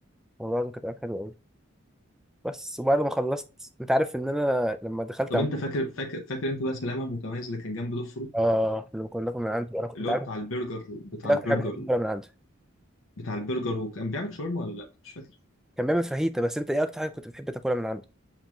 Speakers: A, in the centre; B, on the left.
A: والله العظيم كانت أيام حلوة أوي بس وبعد ما خلصت أنت عارف إن أنا لما دخلت
B: طب
A: عم...
B: انت فاكر فاكر فاكر انت بقى سلامه المتميز اللي كان جنب دوب فروت
A: آه لما كنا كنا من عنده أنا كنت
B: اللي
A: عارف
B: هو بتاع البرجر بتاع
A: انت ايه
B: البرجر
A: اكتر حاجه بتحب تاكلها من عنده
B: بتاع البرجر وكان بيعمل شاورما ولا لا مش فاكر
A: كان بيعمل فاهيتا بس انت ايه اكتر حاجه كنت بتحب تاكلها من عنده